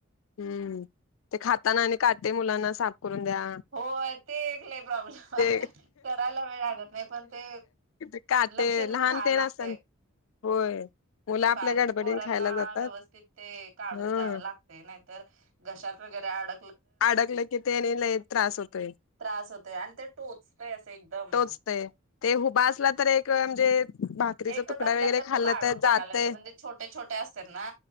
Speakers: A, on the left; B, on the right.
A: हं ते खाताना आणि का.. ते मुलांना साफ.. करून द्या
B: हो, ते एकलई प्रॉब्लेम..
A: ते
B: करायला वेळ लागत नाही पण ते
A: ते काटे
B: लक्ष देऊन
A: लहान
B: खायला
A: तेन
B: लागतंय.
A: असताना होय मुलं आपल्या
B: बारीक
A: गडबडीन
B: पोरांना
A: खायला जातात
B: व्यवस्थित ते काढून
A: ह
B: द्यावं लागतंय नाहीतर घशात वगैरे अड
A: अडकल कीं ते लय त्रास होतोय
B: त्रास होतोय आणि ते टोचतय असं एकदम.
A: टोचतय ते हुबा असला तर एक म्हणजे.. भाकरीचा
B: एकच
A: तुकडा
B: असला
A: वगैरे
B: तर
A: खाल्ला
B: तो काढून टाकायला
A: जातय
B: येत म्हणजे छोटे-छोटे असतात ना